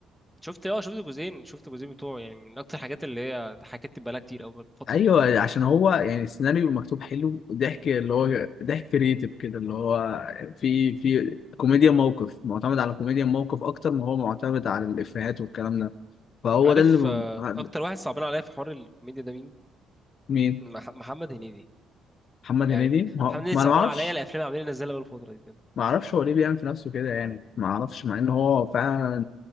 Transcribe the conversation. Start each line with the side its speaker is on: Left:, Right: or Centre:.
Centre: شفت أه شفت جزئين شفت جزئين بتوعه يعني من أكتر الحاجات اللي هي حكيت بقالها كتير أوي فترة
Left: ايوه عشان هو يعني السيناريو مكتوب حلو ضحك اللي هو ضحك كريتيف كده اللي هو في في كوميديا موقف معتمد على كوميديا موقف اكتر ما هو معتمد على الافيهات والكلام ده فهو
Centre: أنت عارف
Left: ده اللي ب-
Centre: آه، أكتر واحد صعبان عليا في حوار الكوميديا ده مين؟
Left: مين
Centre: مح- محمد هنيدي
Left: محمد
Centre: يعني
Left: هنيدي ما, هو-
Centre: محمد هنيدي
Left: ما
Centre: صعبان
Left: انا ما اعرفش
Centre: عليا الافلام اللي عمالين ينزلها بقى الفتره دي بجد
Left: ما اعرفش هو ليه بيعمل في نفسه كده يعني ما اعرفش مع ان هو فعلا